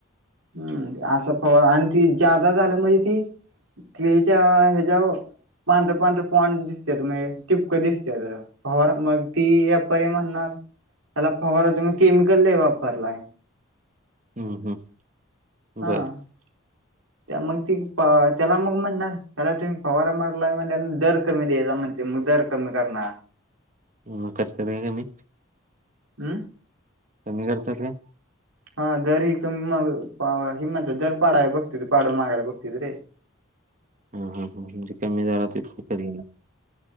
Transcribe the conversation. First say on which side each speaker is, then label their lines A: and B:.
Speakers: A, on the right; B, on the right.
A: हम्म, असं फव आणि ती जादा झालं म्हणजे तीऽऽ केळीच्या हेजावऽऽ पांढरं पांढर पॉड दिसत्यात,, म्हणजे टिपकं दिसत पवारऽऽ मग ती यापारी म्हणणारऽऽ त्याला फवारा तुम्ही केमिकल लय वापरलाय,
B: हम्म, हम्म,
A: हां,
B: बर
A: त्या मग ती, त्याला मग म्हणणार, त्याला तुम्ही पवारा मारला म्हणून दर कमी द्यायचा, म्हणऽऽ ते मग दर कमी करणार.
B: म म करत बेग मी.
A: हमम,
B: कमी करतात काय?
A: हा दर एकदम, हि,,, दर पाडाय आहे बघत पाडू मागाला बघतित रे. ह <unintelligible>
B: हा हा हा म्हणजे कमी झालं, ते फ कधी नाऽऽ